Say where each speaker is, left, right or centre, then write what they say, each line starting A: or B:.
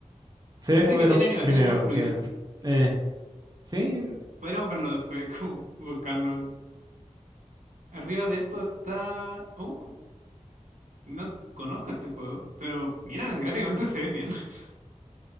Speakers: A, on the right; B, on the right.
A: Se
B: Dice
A: ve como
B: que
A: de
B: tiene
A: los
B: animaciones
A: primeros
B: súper fluidas.
A: que... eh, sí,
B: Podríamos verlo después, <laughs> como buscarlo. Arriba de esto está. oh, no conozco este juego, pero mira, gráficamente se ve bien. <laughs>